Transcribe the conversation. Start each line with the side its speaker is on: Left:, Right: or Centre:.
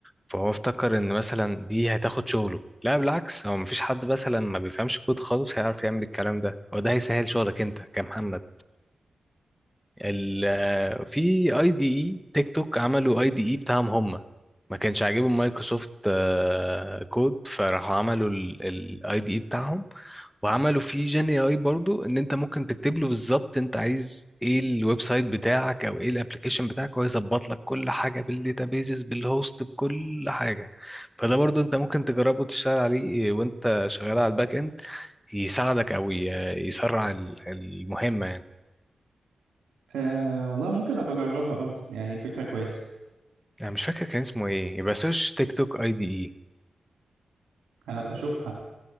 Centre: فهو افتكر ان مثلا دي هتاخد شغله لا بالعكس هو مفيش حد مثلا ما بيفهمش كود خالص هيعرف يعمل الكلام ده هو ده هيسهل شغلك انت كمحمد ال في اي دي اي تيك توك عملوا اي دي اي بتاعهم هم ما كانش عاجبهم مايكروسوفت آه، كود فراحوا عملوا الاي دي اي بتاعهم وعملوا فيه جين اي برضو ان انت ممكن تكتب له بالظبط انت عايز ايه الويب سايت بتاعك او ايه الابلكيشن بتاعك وهو يظبط لك كل حاجه بالداتابيزز بالهوست بكل حاجه فده برضو انت ممكن تجربه تشتغل عليه وانت شغال على الباك اند يساعدك او ي- يسرع ال- المهمه يعني
Right: آه، والله ممكن ابقى اجربها برضه يعني فكره كويسه
Centre: انا مش فاكر كان اسمه ايه يبقى سيرش تيك توك اي دي اي
Right: هبقى اشوفها